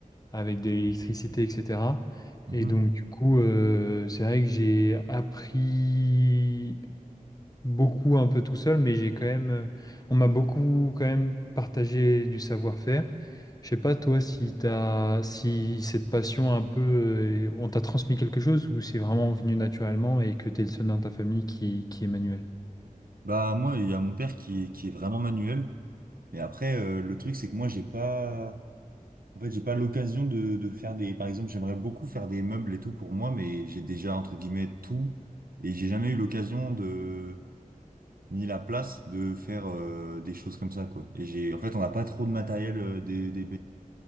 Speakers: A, on the left; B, on the right.
A: avec de l'électricité, etc.
B: Mhm.
A: Et donc, du coup, euh, c'est vrai que j'ai appris beaucoup un peu tout seul, mais j'ai quand même, euh, on m'a beaucoup quand même partagé du savoir-faire. Je sais pas toi si t'as, si cette passion un peu, euh, on t'a transmis quelque chose ou c'est vraiment venu naturellement et que t'es le seul dans ta famille qui, qui est manuel.
B: Bah moi, il y a mon père qui, est- qui est vraiment manuel. Et après, euh, le truc, c'est que moi, j'ai pas... En fait, j'ai pas l'occasion de, de faire des... Par exemple, j'aimerais beaucoup faire des meubles et tout pour moi, mais j'ai déjà, entre guillemets, tout. Et j'ai jamais eu l'occasion de ni la place de faire euh, des choses comme ça, quoi. Et j'ai, en fait, on n'a pas trop de matériel euh, des, des